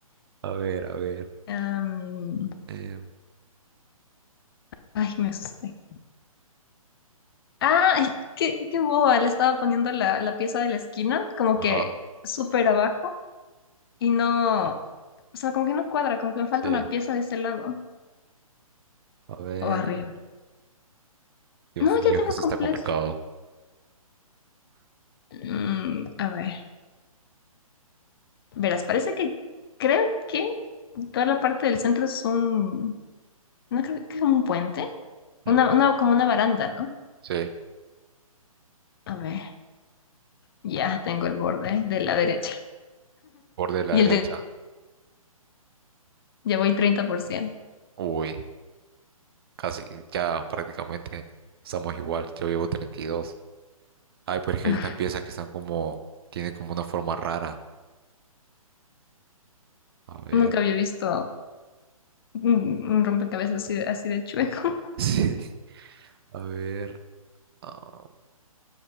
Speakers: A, on the right (about 40°); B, on the left (about 40°).
A: A ver, a ver.
B: Am,
A: eh,
B: ay, me asusté. Ah, ay, qué, qué boba. Le estaba poniendo la, la pieza de la esquina, como
A: ajá,
B: que súper abajo, y no, o sea, como que no cuadra, como que me falta
A: sí.
B: una pieza de ese lado
A: A ver.
B: o arriba.
A: Dios
B: No, ya
A: mío,
B: tengo
A: que sí
B: completo.
A: está complicado.
B: Mm, a ver, verás, parece que creo que toda la parte del centro es un, No creo que es un puente. Una,
A: Ujú,
B: una, como una baranda, ¿no?
A: Sí,
B: A ver, ya tengo el borde de la derecha.
A: borde de la
B: Y
A: derecha.
B: el de... Ya voy treinta por ciento.
A: Uy, casi, ya prácticamente estamos igual. Yo llevo 32. Ay, pero es que
B: <laughs>
A: hay unas piezas que están como, tienen como una forma rara. A ver.
B: Nunca había visto un, un rompecabezas así de, así de chueco.
A: <laughs> Sí, a ver. ah,